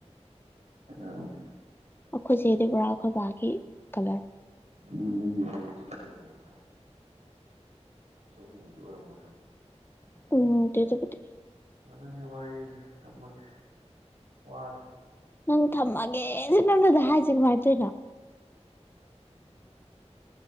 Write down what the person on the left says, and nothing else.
ꯑꯈꯣꯏꯆꯦꯗꯤ ꯄꯨꯔꯥ ꯑꯈꯣꯏ ꯕꯥꯒꯤ ꯀꯂꯔ
ꯎꯝꯇꯦ ꯑꯗꯨꯕꯨꯗꯤ
ꯅꯪ ꯊꯝꯃꯒꯦ ꯖꯤ ꯅꯪꯅꯗ ꯍꯥꯏꯖꯦ ꯀꯃꯥꯏ ꯇꯧꯏꯅꯣ